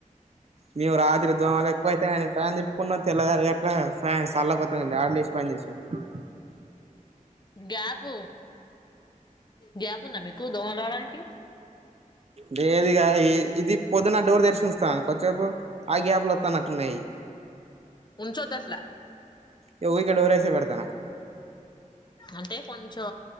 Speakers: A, on the right; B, on the left.
A: మేము రాత్రి దోమలు ఎక్కువ వైతని ఫ్యాన్ తిప్పుకున్నాం. తెల్లగారు గాట్లా ఫ్యాన్ చల్లగా వస్తోంది ఆడే లేచి బంద్చేసిండు. సుడు
B: గ్యాప్ గ్యాప్ ఉందా మీకు దోవలు పోవడానికి
A: లేేదు ఇగ ఈ ఇది పొద్దున్న డోర్ తెరిచి ఉంచుతన కొంచెసేపు ఆ గ్యాప్ లో వత్తునటున్నాయి
B: ఉంచ్చోదసలా
A: ఏ ఊరికే డోర్ వేసి పెడతున్నా
B: అంటే కొంచెం